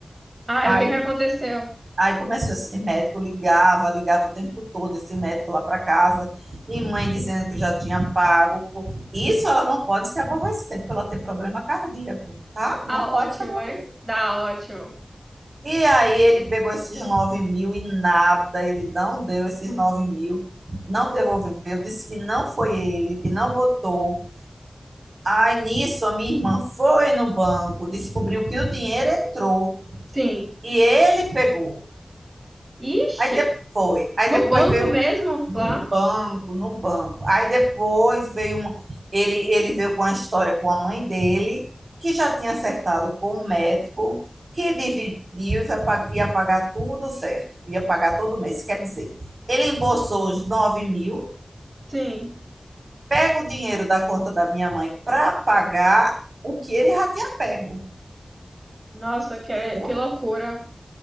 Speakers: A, on the right; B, on the right.
A: Ah,
B: Aí,
A: o que que aconteceu?
B: aí começou esse médico, ligava, ligava o tempo todo, esse médico lá para casa, e mãe dizendo que já tinha pago. Isso ela não pode se aborrecer, porque ela tem problema cardíaco, tá? Não
A: Ah,
B: pode
A: ótimo,
B: se aborrecer.
A: hein? Dá, ótimo.
B: E aí ele pegou esses 9 mil e nada, ele não deu esses 9 mil, não devolveu, disse que não foi ele, que não botou. Aí nisso a minha irmã foi no banco, descobriu que o dinheiro entrou
A: Sim.
B: e ele pegou.
A: Ixi,
B: Aí depois, aí
A: no
B: depois
A: banco
B: veio
A: mesmo,
B: No
A: lá?
B: banco, no banco. Aí depois veio um, ele, ele veio com a história com a mãe dele, que já tinha acertado com o médico, que dividiu e vai pa- ia pagar tudo certo, ia pagar todo mês. Quer dizer, ele embolsou os 9 mil,
A: Sim.
B: pega o dinheiro da conta da minha mãe para pagar o que ele já tinha pego,
A: Nossa, que,
B: entendeu?
A: que loucura.